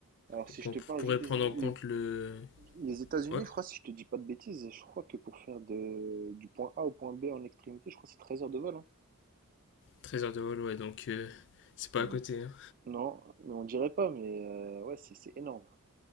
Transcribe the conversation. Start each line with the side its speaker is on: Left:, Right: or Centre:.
Right: Alors,
Left: Donc
Right: si je
Left: on
Right: te parle
Left: pourrait
Right: juste des
Left: prendre en
Right: les,
Left: compte le...
Right: les États-Unis,
Left: Ouais,
Right: je crois, si je te dis pas de bêtises, je crois que pour faire de, du point A au point B en extrémité, je crois que c'est 13 heures de vol. hein.
Left: 13 heures de vol, ouais, donc euh, c'est pas
Right: Donc,
Left: à côté. hein.
Right: non, mais on dirait pas, mais euh, ouais, c'est c'est énorme.